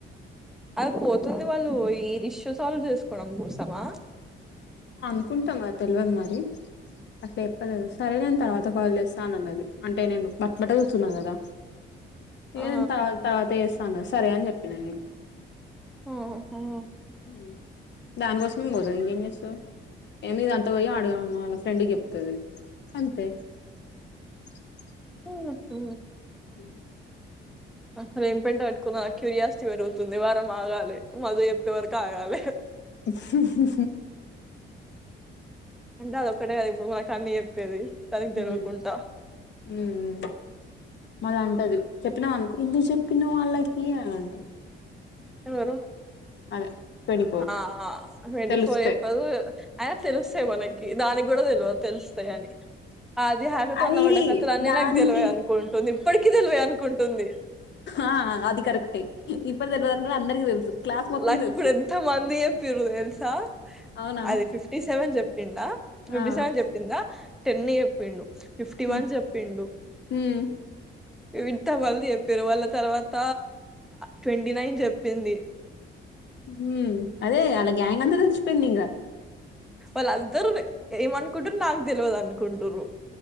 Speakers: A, in the centre; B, on the left.
A: అది పోతుంది వాళ్లు, ఈ రిష్యూ సాల్వ్ చేసుకోవడం కోసమా?
B: అనుకుంటా మరి, తెల్వదు మరి. అట్లా చెప్పలేదు. సరేలే నేను తర్వాత కాల్ జేస్తా అన్నది అంటే, నేను బట్టలు ఉతుకుతూన్నా గదా. ఇగ
A: ఆ
B: నేను త తర్వాత జేస్తా అన్నది, సరే అని చెప్పిన ఇగ.
A: ఉహూ హుం.
B: మ్, దానికోసమే పోతారు ఇంకేం జేస్తారు. ఏమి ఇదంతా ఓయి అడగాల అలా ఫ్రెండ్ కి, జేప్తుంది అంతే. Kick kick.
A: హుమ్ హ్మ్.
B: ఉమ్మ్.
A: అసలు ఏం పెంట పట్టుకుందా నా క్యూరియాసిటీ పెరుగుతుంది. వారం ఆగాలే మధు చెప్పే వరకు ఆగాలే.
B: ఉహుం హు.
A: అంటే అదొక్కటే కదా, ఇప్పుడు మనకి అన్నీ చెప్పేది. దానికి తెలియకుండా
B: ఉమ్, మ్ మ్ మళ్ల అంటది! చెప్పినవు అనుకో. ఎందుకు? చెప్పినవు వాళ్లకి అంటాది.
A: ఎవరు
B: అదే ట్వంటీ ఫోర్
A: అ ఆ ట్వంటి
B: తెలుస్తే
A: ఫోర్ చెప్పదు అయినా తెలుస్తాయి మనకి దానిక్ కూడ తెలివద్ తెలుస్తాయి అని అది ఆకత
B: అది
A: ఉన్న పడ్డకతలు అన్న
B: దానికి
A: నాకు తెలివదు అనుకుంటుంది ఇప్పటికి తేల్వై అనుకుంటుంది
B: అ ఆ అది కరెక్టే ఇప్పుడు తెలిదని కూడా అందరికీ తెలుసు క్లాస్ మొత్తం
A: లక్
B: తెలుసు
A: ఇప్పుడు ఎంత మంది చెప్పిరు తెల్సా
B: అవునా
A: అది ఫిఫ్టీ సెవెన్ చెప్పిందా ఫిఫ్టీ
B: ఆ
A: సెవెన్ చెప్పిందా టెన్ చెప్పిండు ఫిఫ్టీ
B: హ్మ్
A: వన్ చెప్పిండు
B: హ్మ్
A: ఇవింత మంది చెప్పిరు వాళ్ళ తర్వాత ట్వంటీ నైన్ చెప్పింది
B: ఉమ్ అదే అలా గ్యాంగ్ అంత తెలిసిపోయింద్ ఇగ
A: వాళ్లందరునె ఏమనుకుంటుర్ నాక్ తెల్వదు అనుకుంటురు